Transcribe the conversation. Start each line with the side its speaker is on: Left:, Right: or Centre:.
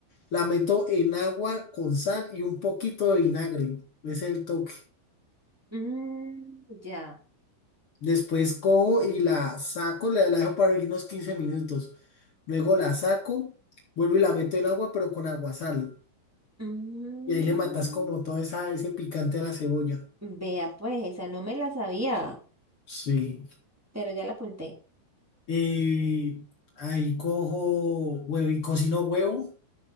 Left: La meto en agua con sal y un poquito de vinagre. Ese es el toque.
Centre: Mm, ya.
Left: Después cojo y la saco, la, la dejo para unos 15 minutos. Luego la saco, vuelvo y la meto en agua, pero con aguasal.
Centre: Mm,
Left: Y ahí le matas como todo esa, ese picante a la cebolla.
Centre: Vea, pues, esa no me la sabía,
Left: Sí.
Centre: pero ya la apunté.
Left: Eh, ahí cojo huevo y cocino huevo.